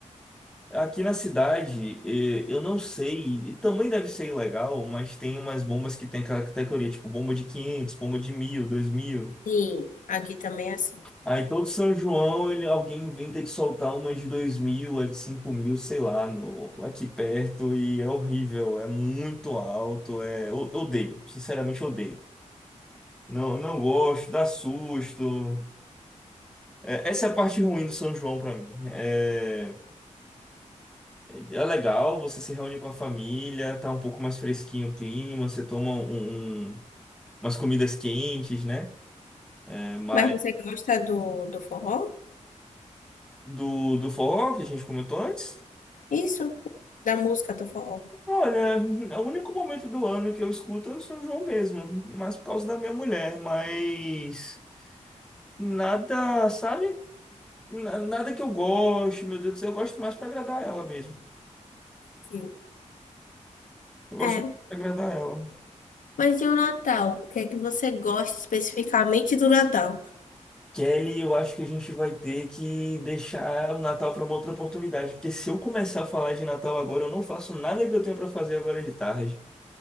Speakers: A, in the centre; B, on the left.
A: aqui na cidade, eh, eu não sei, e também deve ser ilegal, mas tem umas bombas que tem aquela categoria, tipo bomba de 500, bomba de mil, dois mil.
B: Sim, aqui também é assim.
A: Aí todo São João, ele, alguém inventa de soltar uma de dois mil, a de cinco mil, sei lá, no, aqui perto, e é horrível, é muito alto, é, o- odeio, sinceramente odeio. Não, não gosto, dá susto. É, essa é a parte ruim do São João pra mim. É, é é legal, você se reúne com a família, tá um pouco mais fresquinho o clima, você toma um, um- um, umas comidas quentes, né? É, mas
B: Mas você gosta do, do forró?
A: do, do forró que a gente comentou antes.
B: Isso, da música do forró.
A: Olha, o único momento do ano que eu escuto é o São João mesmo, mas por causa da minha mulher, mas nada, sabe? Na- Nada que eu goste, meu Deus do céu, eu gosto mais pra agradar ela mesmo.
B: Sim.
A: Eu gosto
B: É,
A: mais pra agradar ela.
B: mas e o Natal? O que é que você gosta especificamente do Natal?
A: Kelly, eu acho que a gente vai ter que deixar o Natal pra uma outra oportunidade, porque se eu começar a falar de Natal agora, eu não faço nada que eu tenho pra fazer agora de tarde.